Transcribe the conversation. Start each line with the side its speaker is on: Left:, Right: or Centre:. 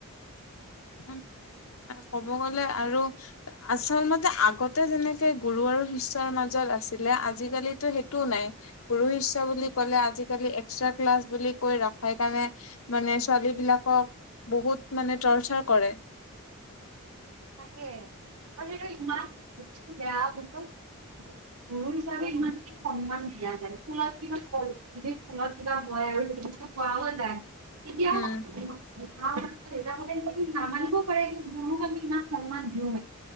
Left: <unintelligible> ক'ব গ'লে আৰু আচল মতে আগতে যেনেকে গুৰু আৰু শিষ্যৰ মাজত আছিলে আজি কালি টো সেইটোও নাই গুৰু শিষ্য বুলি কলে এক্সট্ৰা ক্লাছ বুলি কৈ ৰাফাই তাঙে মানে ছোৱালী বিলাকক বহুত মানে টৰ্চাৰ কৰে।
Right: থাকে আৰু সেইটো ইমান বস্তুটো বেয়া বিকজ গুৰু হিচাপে ইমানখিনি সন্মান দিয়া যায় স্কুলত কিবা কয় যদি স্কুলত কিবা হয় <unintelligible> তেতিয়া
Left: উম,
Right: মাহঁতে, দেউতাহঁতে সিহঁতে নামানিব পাৰে কিন্তু গমো আমি ন। সম্মান দিওঁ